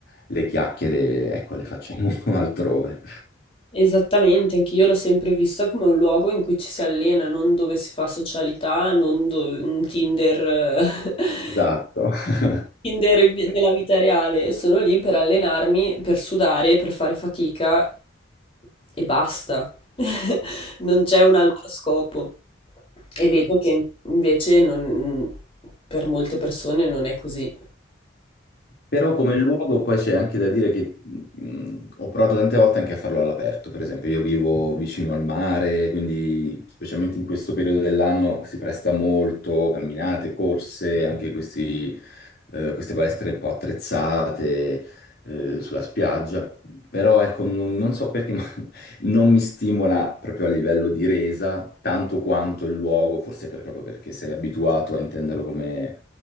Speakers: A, on the left (about 50°); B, on the left (about 30°).
A: le chiacchiere, ecco, le facciamo <laughs> altrove.
B: Esattamente, anche io l'ho sempre vista come un luogo in cui ci si allena, non dove si fa socialità, non dove, un Tinder, eh,
A: Esatto.
B: <laughs>
A: <laughs>
B: Tinder vi- della vita reale. Sono lì per allenarmi, per sudare, per fare fatica e basta. <laughs> Non c'è un altro scopo. E vedo che
A: Sì.
B: invece non- per molte persone non è così.
A: Però come luogo poi c'è anche da dire che mh, ho provato tante volte anche a farlo all'aperto, per esempio io vivo vicino al mare, quindi specialmente in questo periodo dell'anno si presta molto, camminate, corse, anche questi, eh, queste palestre un po' attrezzate eh, sulla spiaggia, però ecco non, non so perché <laughs> Non mi stimola proprio a livello di resa tanto quanto il luogo, forse per- proprio perché sei abituato a intenderlo come,